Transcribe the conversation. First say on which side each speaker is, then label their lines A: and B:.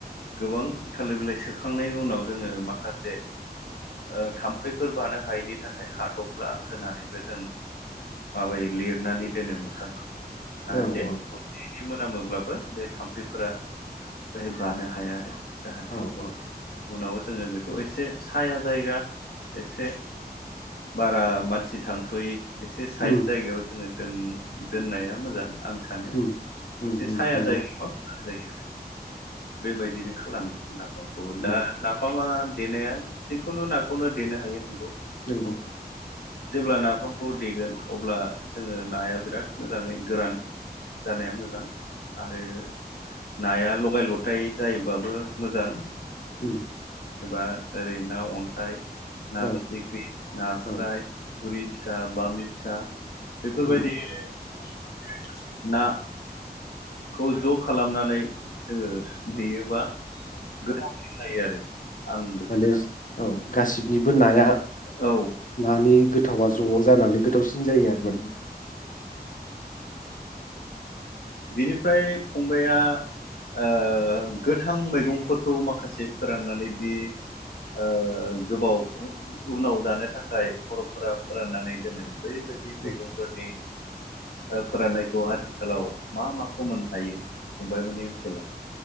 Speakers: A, on the left; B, on the left.
A: गोबां थालिर बिलाइ सोखांनायनि उनाव जोङो माखासे ओ थाम्फैफोर बानो हायैनि थाखाय हाथफ्ला होनानैबो जों माबायो लिरनानै दोनोमोन <unintelligible> जाहाथे
B: औ औ
A: मोनामोब्लाबो बे थाम्फैफोरा बेहाय बानो हाया आरो जाहाथे
B: औ औ
A: उनाव जोङो बेखौ एसे साया जायगा एसे बारा मानसि थांस'यै एसे साइद
B: उम
A: जायगायाव जोङो दोन-दोननाया मोजां आं सानो
B: उम उम
A: एसे
B: उम
A: साया
B: नंगौ
A: जायोबा मोजां जायो आरो बेबायदिनो खालामो होनना
B: उम
A: दा नाफामा देनाया जिखुनु नाखौनो देनो हायो नोंगौ
B: नोंगौ
A: जेब्ला नाफामखौ देगोन अब्ला जोङो नाया बिराद मोजाङै गोरान जानाया मोजां आरो नाया लगाय लथाय जायोबाबो मोजां
B: उम
A: जेन'बा ओरै ना अन्थाइ ना
B: औ
A: फिथिख्रि नास्राय
B: औ
A: थुरि फिसा बामि फिसा बेफोरबायदि
B: उम
A: <unintelligible> ना खौ ज' खालामनानै जोङो देयोबा
B: औ
A: गोथावसिन जायो आरो आं बेखौ
B: माने
A: सानो
B: औ गासिब निबो नाया
A: औ
B: नानि गोथावा ज'आव जानानै गोथावसिन जायो आरो माने
A: बिनिफ्राय फंबाइया ओ गोथां मैगंफोरखौ माखासे फोराननानैदि ओ गोबाव उनाव जानो थाखाय बर'फोरा फोराननानै दोनो बैबायदि मैगंफोरनि
B: उम
A: ओ फोराननायखौ आथिखालाव मा माखौ मोननो हायो फंबायमोनि ओनसोलाव